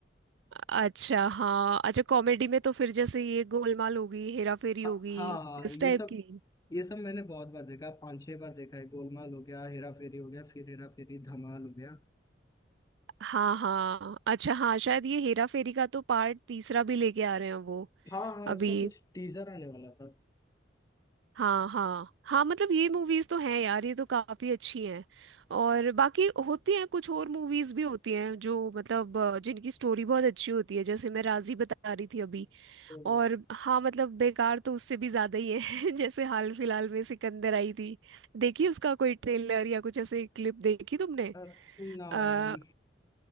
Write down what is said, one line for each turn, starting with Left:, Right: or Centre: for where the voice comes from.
Right: अच्छा हाँ अच्छा कॉमेडी में तो फिर जैसे ये गोलमाल होगी हेरा फेरी
Left: हाँ
Right: होगी
Left: हाँ हाँ,
Right: इस
Left: ये
Right: टाइप
Left: सब
Right: की
Left: ये सब मैंने बहुत बार देखा पांच छह बार देखा है गोलमाल हो गया हेरा फेरी हो गया फिर हेरा फेरी धमाल हो गया
Right: हाँ हाँ अच्छा हाँ शायद ये हेरा फेरी का तो पार्ट तीसरा भी लेके आ रहे हैं वो
Left: हाँ हाँ
Right: अभी
Left: उसका कुछ टीजर आने वाला था
Right: हाँ हाँ हाँ मतलब ये मूवीज तो हैं यार ये तो काफी अच्छी हैं और बाकी होती हैं कुछ और मूवीज भी होती हैं जो मतलब अ, जिनकी स्टोरी बहुत अच्छी होती है जैसे मैं राजी बता रही थी अभी
Left: तो
Right: और हाँ मतलब बेकार तो उससे भी ज्यादा ही है <laughs> जैसे हाल फिलहाल में सिकंदर आई थी देखी उसका कोई ट्रेलर या कुछ ऐसे क्लिप देखी तुमने
Left: अर- नाम
Right: आ,